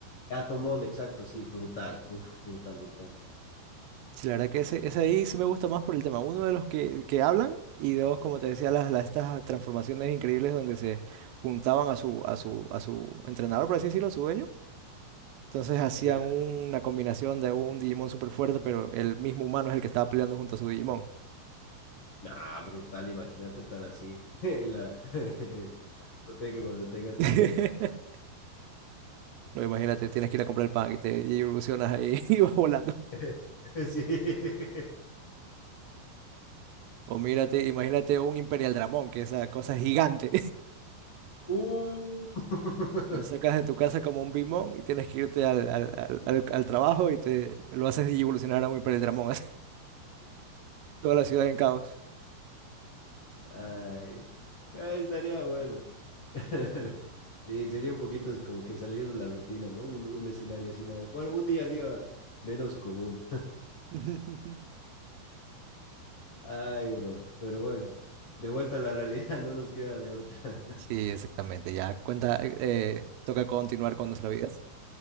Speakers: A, on the left (about 80°); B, on the right (about 85°).
A: Gatomon, exacto, sí, brutal. Uf, brutal, brutal.
B: Sí, la verdad que ese, ese ahí sí me gusta más por el tema. Uno de los que, que hablan y dos, como te decía, las, las- estas transformaciones increíbles donde se juntaban a su, a su, a su entrenador, por así decirlo, a su dueño. Entonces hacían
A: Ya.
B: una combinación de un Digimon súper fuerte, pero el mismo humano es el que estaba peleando junto a su Digimon.
A: Nah, brutal, imagínate estar así <laughs> en la, <laughs> en la discoteca cuando tengas
B: <laughs>
A: que pelear.
B: No, imagínate, tienes que ir a comprar el pan y te y evolucionas ahí <laughs> y vas volando.
A: <laughs> Sí.
B: O mírate, imagínate un Imperial Dramón, que esa cosa es gigante.
A: Uh. <laughs>
B: Lo sacas de tu casa como un bimón y tienes que irte al, al, al, al- al trabajo y te lo haces evolucionar a un hipereldramón, así. <laughs> Toda la ciudad en caos.
A: Ay. Ah, estaría bueno. <laughs> Sí, sería un poquito como que salir de la rutina, ¿no? Un, un escenario así más. Bueno, un día a día menos común.
B: <laughs>
A: Ay, bro. Pero bueno, de vuelta a la realidad, <laughs> no nos queda de otra.
B: Sí, exactamente. Ya cuenta, eh, eh, toca continuar con nuestra vida.